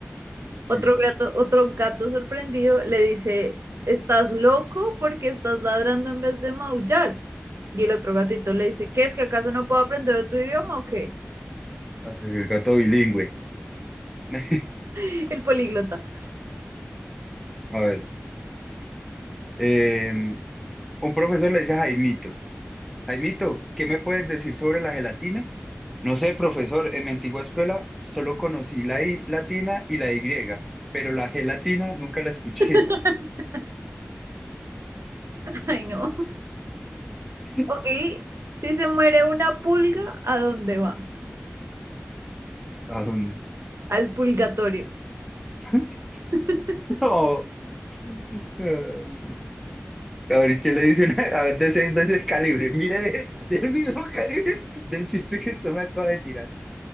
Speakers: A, in the centre; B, on the right (about 85°).
A: Sí,
B: Otro gato, otro gato sorprendido le dice, ¿estás loco porque estás ladrando en vez de maullar? Y el otro gatito le dice, ¿qué es que acaso no puedo aprender otro idioma o qué?
A: hacer el gato bilingüe. <laughs>
B: <laughs> El políglota.
A: A ver, eh, un profesor le dice a Jaimito, Jaimito, ¿qué me puedes decir sobre la gelatina? No sé, profesor, en mi antigua escuela solo conocí la I latina y la Y, pero la G latina nunca la escuché.
B: <laughs> Ay, no.
A: <laughs>
B: Ok, si se muere una pulga, ¿a dónde va?
A: ¿A dónde?
B: Al pulgatorio.
A: <laughs>
B: <laughs>
A: No. Ay, no. A ver, ¿qué le dicen? <laughs> A ver, de ese, de ese calibre. Mire, <laughs> de- del mismo calibre del chiste que usted me acaba de tirar.